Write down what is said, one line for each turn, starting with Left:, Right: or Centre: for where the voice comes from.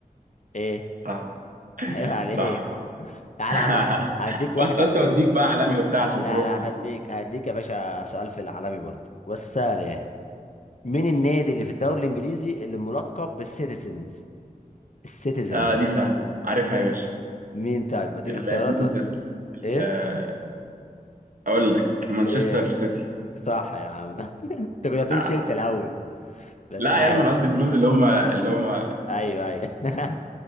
Left: ايه
Right: صح
Left: <laughs> عيب عليك
Right: صح
Left: تعالى
Right: <laughs>
Left: يا عم هديك واحدة
Right: قلت قلت اوديك بقى عالمي وبتاع عشان
Left: لا
Right: تروح
Left: لا
Right: بس
Left: هديك
Right: ما.
Left: هديك يا باشا سؤال في العالمي برضو بس سهل يعني مين النادي اللي في الدوري الانجليزي اللي ملقب بالسيتيزنز السيتيزن
Right: آه دي سهله عارفها يا باشا
Left: مين طيب اديك
Right: ال-
Left: اختيارات
Right: البلوز يا اسطى ال-
Left: ايه
Right: اقول لك مانشستر
Left: ايه
Right: سيتي
Left: صح يا عم <laughs> انت كنت هتقول
Right: آه.
Left: تشيلسي الاول بس
Right: لا
Left: عادي
Right: يعني انا قصدي البلوز اللي هم اللي هم
Left: ايوه ايوه <laughs>